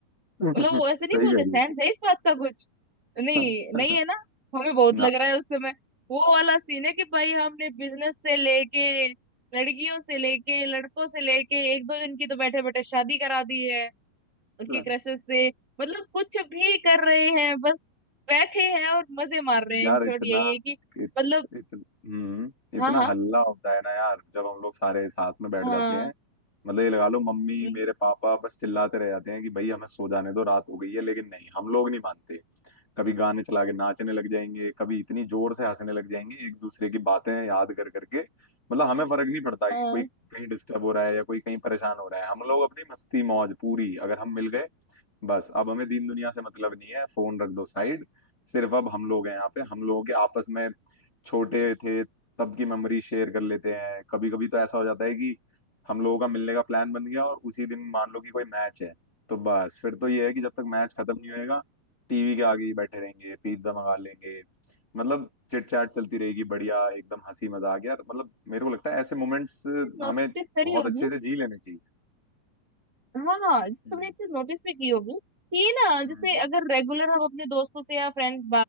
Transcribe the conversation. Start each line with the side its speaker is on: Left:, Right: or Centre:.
Left: <laughs>
Right: मतलब वो ऐसे नहीं
Left: सही
Right: बोलते
Left: कह रही
Right: सेंस
Left: हो
Right: है इस बात का कुछ नहीं
Left: <laughs>
Right: नहीं है ना हमें बहुत
Left: ना
Right: लग रहा है उस समय वो वाला सीन है कि भाई हमने बिजनेस से लेके लड़कियों से लेके लड़कों से लेके एक दो जन की तो बैठे बैठे शादी करा दी है उनकी
Left: हाँ,
Right: क्रशेस से मतलब कुछ भी कर रहे हैं बस बैठे हैं और मजे मार रहे हैं
Left: यार
Right: इन शॉर्ट
Left: इतना
Right: यही है कि
Left: इत,
Right: मतलब
Left: इत, हम्म इतना
Right: हाँ हाँ
Left: हल्ला होता है ना यार जब हम लोग सारे साथ में बैठ
Right: हाँ
Left: जाते हैं मतलब ये लगा लो मम्मी
Right: हम्म,
Left: मेरे पापा बस चिल्लाते रह जाते हैं कि भाई हमें सो जाने दो रात हो गई है लेकिन नहीं हम लोग नहीं मानते कभी गाने चला के नाचने लग जाएंगे कभी इतनी जोर से हंसने लग जाएंगे एक दूसरे की बातें याद कर करके मतलब हमें फर्क नहीं पड़ता
Right: हाँ
Left: कि कोई कहीं डिस्टर्ब हो रहा है या कोई कहीं परेशान हो रहा है हम लोग अपनी मस्ती मौज पूरी अगर हम मिल गए बस अब हमें दीन दुनिया से मतलब नहीं है फोन रख दो साइड सिर्फ अब हम लोग हैं यहाँ पे हम लोगों के आपस में छोटे थे तब की मेमोरी शेयर कर लेते हैं कभी कभी तो ऐसा हो जाता है कि हम लोगों का मिलने का प्लान बन गया और उसी दिन मान लो कि कोई मैच है तो बस फिर तो ये है कि जब तक मैच खत्म नहीं होएगा टीवी के आगे ही बैठे रहेंगे पिज्जा मंगा लेंगे मतलब चिट चैट चलती रहेगी बढ़िया एकदम हंसी मजाक यार मतलब मेरे को लगता है ऐसे मोमेंट्स
Right: नोटिस
Left: हमें
Right: करी
Left: बहुत
Right: होगी
Left: अच्छे से जी लेने चाहिए
Right: हाँ जैसे
Left: हम्म
Right: तुमने एक चीज नोटिस भी की होगी कि ये ना जैसे
Left: हम्म।
Right: अगर रेगुलर हम अपने दोस्तों से या फ्रेंड्स